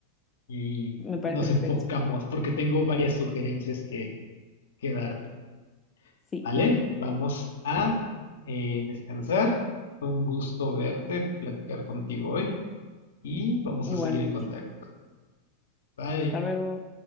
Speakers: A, on the left (about 60°); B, on the left (about 20°).
A: y
B: Me parece
A: nos
B: perfecto.
A: <laughs> enfocamos? Porque tengo varias sugerencias que, que darte.
B: Sí,
A: Vale,
B: baby.
A: vamos a eh, descansar. Fue un gusto verte, platicar contigo hoy y vamos
B: Igualmente.
A: a seguir en contacto. Bye.
B: Hasta luego.